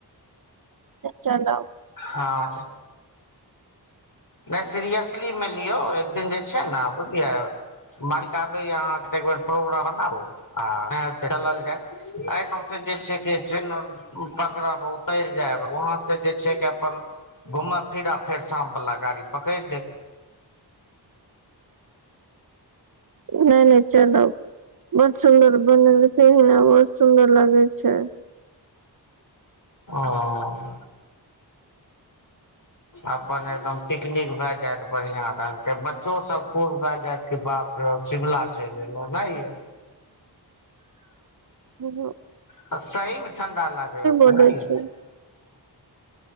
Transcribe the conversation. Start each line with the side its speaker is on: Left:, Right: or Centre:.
Right: चलब <inaudible>
Left: हँ नय सीरियसली मे लियौ एक दिन जे छै ने बुझलियै मालिक आबे य अहाँ के त एक बेर प्रोग्राम बनाबू आ चलल जाय आइ त जे छै ट्रेन अर पकड़ा बहुत उतैर जायब वहाँ से जे छै अपन घूमब फिरब फेर शाम वला गाड़ी पकैड़ लैब
Right: नय नय चलब बड़ सुदर बनेलखिन ह बड़ सुदर लागे छै
Left: ओ <inaudible> अपन एकदम पिकनिक भय जायइत बढ़िया रंग के बच्चो सब खुश भैय जायत के बाप रे शिमला चइल एलो ओना ये
Right: हैलो
Left: तऽ सहीमे ठं्डा लागै ह ओतै
Right: बोले
Left: ह <unintelligible>
Right: छै